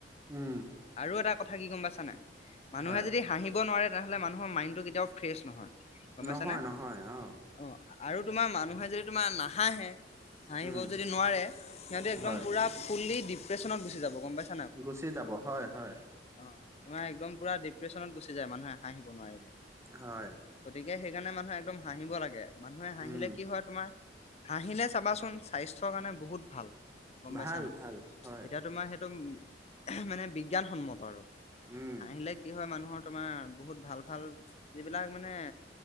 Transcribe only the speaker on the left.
আৰু এটা কথা কি গম পাইছা নাই? মানুহে
যদি, হাঁহিব নোৱাৰে তেনেহ'লে মানুহৰ মাইণ্ডটো কেতিয়াও ফ্ৰেছ নহয়। গম
পাইছানে
অ আৰু তোমাৰ মানুহে যদি তোমাৰ নাহাঁহে, হাঁহিব
যদি নোৱাৰে, সিহঁতে একদম
পুৰা ফুল্লি ডিপ্ৰেচনত গুচি যাব গম পাইছ।
অ তোমাৰ একদম পুৰা ডিপ্ৰেশ্যনত গুচি যায় মানুহে হাঁহিব নোৱাৰিলে।
গতিকে সেইকাৰণে মানুহে একদম হাঁহিব লাগে। মানুহে হাঁহিলে
কি হয় তোমাৰ, হাঁহিলে চাবাচোন স্বাস্থ্যৰ কাৰণে বহুত ভাল। গম পাইছা
নাই।
এতিয়া তোমাৰ সেইটো, মানে বিজ্ঞানসন্মত আৰু।
হাঁহিলে কি হয় মানুহৰ, তোমাৰ বহুত ভাল ভাল, যিবিলাক মানে